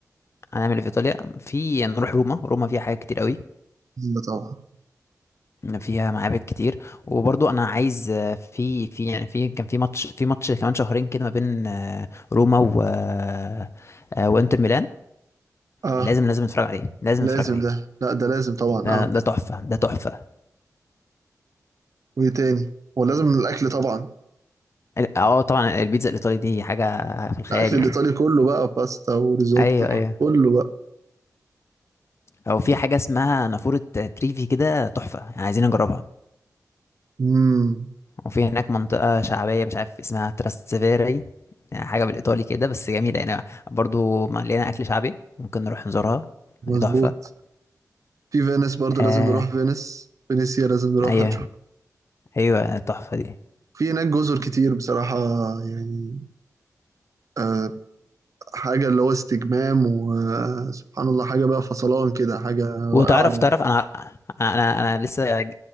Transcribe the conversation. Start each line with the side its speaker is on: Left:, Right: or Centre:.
Left: هنعمل ايه في ايطاليا في نروح روما روما فيها حاجات كتير قوي
Right: يلا طبعا
Left: فيها معابد كتير وبرضو انا عايز آه، في في يعني في كان في ماتش في ماتش كمان شهرين كده ما بين آه، روما و آه، آه، وانتر ميلان
Right: اه
Left: لازم لازم نتفرج عليه لازم نتفرج
Right: لازم
Left: عليه
Right: ده لا ده لازم طبعا
Left: ده
Right: اه
Left: ده تحفة ده تحفة
Right: وايه تاني ولازم الاكل طبعا
Left: اه طبعا البيتزا الايطالي دي حاجة في الخيال
Right: الاكل الايطالي
Left: يعني
Right: كله بقى باستا وريزوتو
Left: ايوه ايوه
Right: كله بقى
Left: او في حاجة اسمها نافورة تريفي كده تحفة يعني عايزين نجربها
Right: امم
Left: وفي هناك منطقة شعبية مش عارف اسمها تراستيفيري يعني حاجة بالإيطالي كده بس جميلة يعني برضو مليانة أكل شعبي ممكن نروح نزورها
Right: مظبوط
Left: هي تحفة
Right: في فينيس برضه
Left: آه
Right: لازم نروح فينيس فينيسيا لازم نروح
Left: أيوه
Right: هنشوف
Left: أيوه تحفة دي
Right: في هناك جزر كتير بصراحة يعني آه حاجة اللي هو استجمام وسبحان الله حاجة بقى فصلان كده حاجة رائعة
Left: وتعرف تعرف أنا أنا أنا لسه